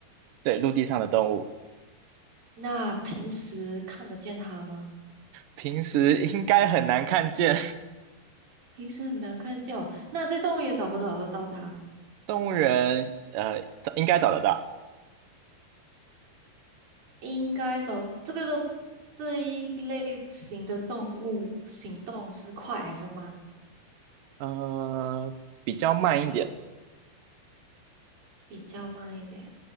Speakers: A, on the right (about 75°); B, on the right (about 55°).
A: 对，陆地上的动物，
B: 那平时看得见它吗？
A: 平时应该很难看见，
B: 平时很难看见哦。那在动物园找不找得到它？
A: <laughs> 动物园呃找应该找得到，
B: 应该找这个的这一类型的动物，行动是快还是慢？
A: 呃，比较慢一点，
B: 比较慢一点，